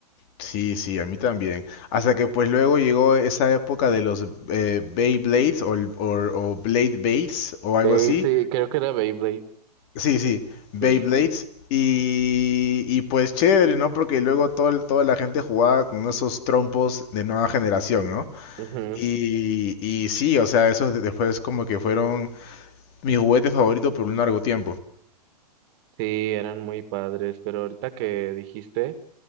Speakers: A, on the left (about 40°); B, on the right (about 40°).
A: Sí, sí, a mí también. Hasta que pues luego llegó esa época de los eh, Beyblades o, el- o, o Blade Bates o algo
B: Sí,
A: así.
B: sí, creo que era Beyblade.
A: Sí, sí,
B: Sí.
A: Beyblades. Y, y pues chévere, ¿no? Porque luego todo, el- toda la gente jugaba con esos trompos de nueva generación, ¿no?
B: Ujú.
A: Y, y sí, o sea, esos de- después como que fueron mi juguete favorito por un largo tiempo.
B: Sí, eran muy padres. Pero ahorita que dijiste...